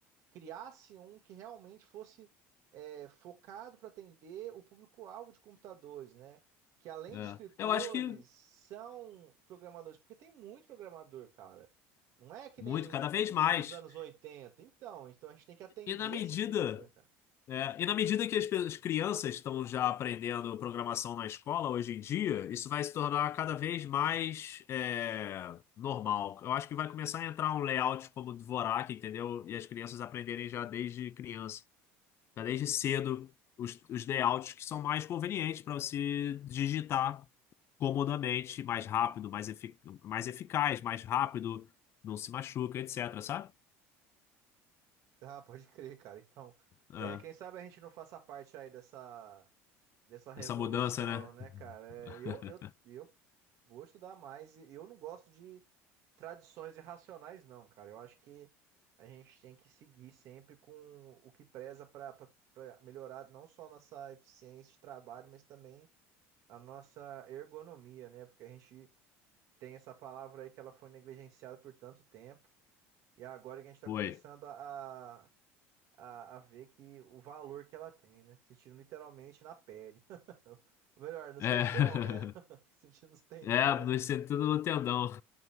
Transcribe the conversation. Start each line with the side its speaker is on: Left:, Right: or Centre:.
Right: criasse um que realmente fosse é, focado para atender o público-alvo de computadores, né? Que além
Left: é.
Right: de escritores,
Left: Eu acho que
Right: são programadores, porque tem muito programador, cara. Não é que
Left: muito,
Right: nem
Left: cada vez
Right: no- no-
Left: mais.
Right: nos anos 80. Então, então a gente tem que atender
Left: E na medida,
Right: esse público, né, cara?
Left: é, e na medida que as, pe- as crianças estão já aprendendo programação na escola hoje em dia, isso vai se tornar cada vez mais é, normal. Eu acho que vai começar a entrar um layout como o Dvorak, entendeu? E as crianças aprenderem já desde criança. Já desde cedo, os, os layouts que são mais convenientes para você digitar comodamente, mais rápido, mais, efic mais eficaz, mais rápido, não se machuca, etc. Sabe?
Right: Tá, pode crer, cara. Então,
Left: É,
Right: é, quem sabe a gente não faça parte aí dessa, dessa revolução,
Left: essa mudança, né?
Right: né, cara?
Left: <laughs>
Right: É, eu, eu, eu vou estudar mais. e Eu não gosto de tradições irracionais, não, cara. Eu acho que a gente tem que seguir sempre com o que preza para melhorar não só a nossa eficiência de trabalho, mas também a nossa ergonomia, né? Porque a gente tem essa palavra aí que ela foi negligenciada por tanto tempo e é agora que a gente está
Left: Foi.
Right: começando a, a, a ver que o valor que ela tem, né? Sentindo literalmente na pele. <laughs> Ou melhor, nos
Left: É,
Right: tendão, né? <laughs> Sentindo
Left: <laughs>
Right: nos tendão
Left: é
Right: aí.
Left: no sentido do tendão,